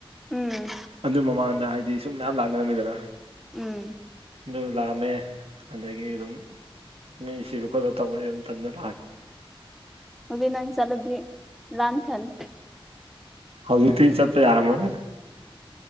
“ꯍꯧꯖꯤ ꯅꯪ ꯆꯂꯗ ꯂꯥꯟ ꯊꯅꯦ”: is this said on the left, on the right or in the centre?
Centre